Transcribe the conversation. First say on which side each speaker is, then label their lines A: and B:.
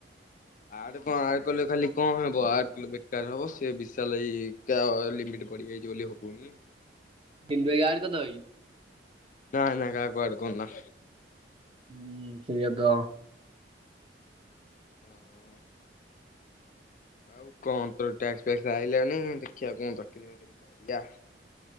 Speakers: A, on the left (about 45°); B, on the right (about 30°).
A: ଆଡ୍ କଣ ଆଡ କଲେ ଖାଲି କଣ ହବ ଆର କହିଲ ବେକାର ହବ ସେ ବିଷାଲ ସେ ବିଶାଲ ହାତ ଲିମିଟ୍ ବଢିଯାଇଛି ବୋଲି ହବନି।
B: <unintelligible> ଭାଇ ଗାଁ ରେ ଦହି।
A: ନାଇଁ ନାଇ କାହାକୁ ଆଡ କରନା।
B: ହୁଁ ସେଇଆ ତ।
A: ହଁ। ଆଉ କଣ ତୋର ଟ୍ୟାକ୍ସ ଫ୍ୟାକ୍ସ ଆଇଲାନି ଦେଖିବା କଣ ଚାକିରି ବାକିରି କରିବା।